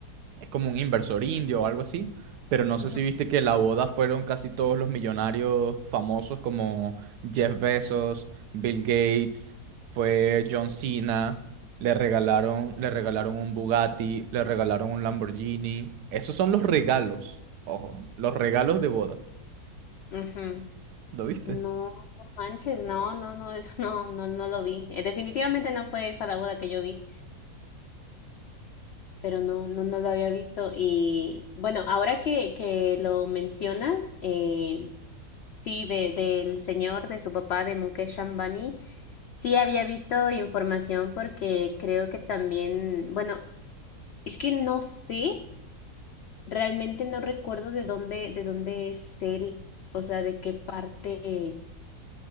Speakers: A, on the right (about 85°); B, on the left (about 85°).
A: es como un inversor indio o algo así. Pero no
B: ujú,
A: sé si viste que la boda fueron casi todos los millonarios famosos como Jeff Bezos, Bill Gates, fue John Cena. Le regalaron, le regalaron un Bugatti, le regalaron un Lamborghini. Esos son los regalos. Ojo, los regalos de boda.
B: ujú.
A: ¿Lo viste?
B: No, no manches, no, no, no, <laughs> eso no, no, no lo vi. Eh, Definitivamente no fue esa la boda que yo vi, pero no, no, no lo había visto. Y bueno, ahora que, que lo mencionas, eh, sí, de, del señor, de su papá, de Mukesh Ambani, sí había visto información porque creo que también, bueno, es que no sé, realmente no recuerdo de dónde, de dónde es él, o sea, de qué parte,